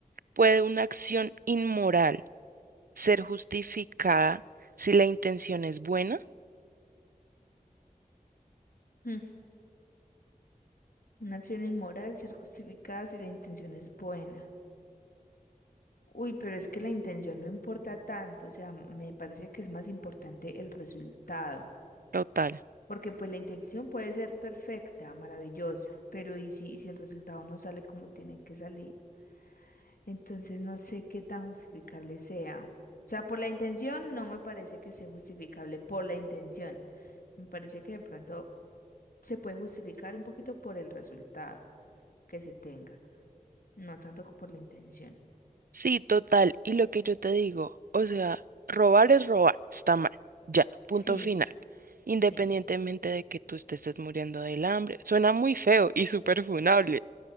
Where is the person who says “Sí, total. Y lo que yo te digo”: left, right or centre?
Right